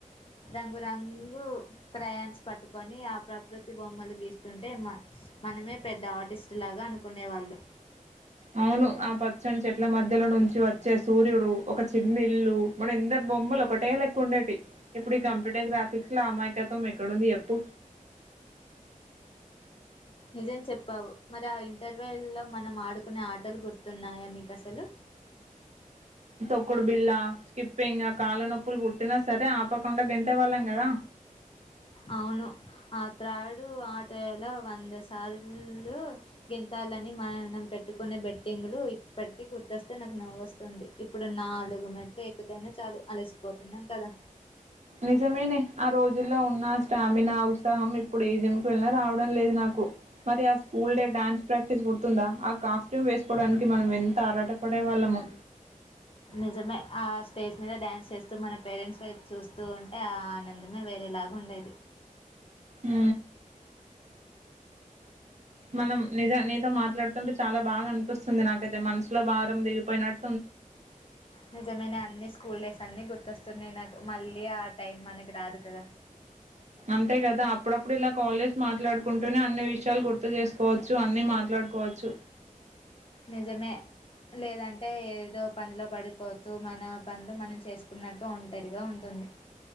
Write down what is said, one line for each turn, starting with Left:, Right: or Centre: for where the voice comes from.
Left: రంగురంగు క్రయన్స్ పట్టుకొని ఆ ప్రకృతి బొమ్మలు గీస్తుంటే మా మనమే పెద్ద ఆర్టిస్ట్ లాగా అనుకునే వాళ్ళు
Right: అవును ఆ పచ్చని చెట్ల మధ్యలో నుంచి వచ్ చ్చే సూర్యుడు ఒక చిన్న ఇల్లు మన ఇందరు బొమ్మలు ఒక టే లెక్కా ఉండేటి ఇప్పుడు ఈ కంప్యూటర్ గ ఇకులా అమాయకా త మీ ఇ కడ ఎప్పూ
Left: నిజం చెప్పావు మరి ఆ ఇంటర్వె లో మనం ఆడుకునే ఆటలు గుర్తున్నాయా నీకు అసలు
Right: తొక్కుడు బిళ్ళ స్కిప్పింగ్ కాళ్ళనొప్పులు కుట్టినా సరే ఆపకుండా గంటే వాళ్ళం కదా
Left: అవును ఆ త్రాడు ఆటలో వంద సార్లు గెంతాలని మనం పెట్టుకునే బెట్టింగులు ఇప్పటికిీ గుర్తొస్తే నాకు నవ్వుొస్తుంది ఇప్పుడు నాలుగు మెట్లు ఎక్కుతేైనా చాలు అలసిపోతున్నాం కదా
Right: నిజమేనే ఆ రోజుల్లో ఉన్న స్టామినా ఉత్సాహం ఇప్పుడు ఏ జింకి వెళ్ళినా రావడం లేదు నాకు మరి ఆ స్కూల్ డే డాన్స్ ప్రాక్టీస్ గుర్తుందా కాస్ట్యూమ్ వేసుకోవడానికి మనం ఎంత ఆరాట పడే వాళ్ళము
Left: నిజమే ఆ స్టేజ్ మీద డ్యాన్స్ చేస్తూ మన పేరెంట్స్ వైపు చూస్తూ ఉంటే ఆ ఆనందమే వేరేలాగా ఉండేది
Right: మ్ మనం నిజ నీతో మాట్లాడు టే చాలా బాగా అనిపిస్తుంది నాకైతే మనసు భారం దిగిపోయినట్టు
Left: నిజమే న అన్ని స్కూల్డెసి అ అన్నీ గుర్తొస్తున్నాయి నాకు మళ్ళీ ఆ టైం మనకి రాదు కదా
Right: అంతే కదా అప్పుడప్పుడు ఇలా కాల్ చేసి మాట్లాడుకుంటూనే అన్ని విషయాలు గుర్తు చేసుకోవచ్చు అన్ని మాట్లాడుకోవచ్చు
Left: నిజమే లేదంటే ఏదో పనిలో పడిపోతూ మన పనులు మనం చేసుకున్నట్టు ఒంటరిగా ఉంటుంది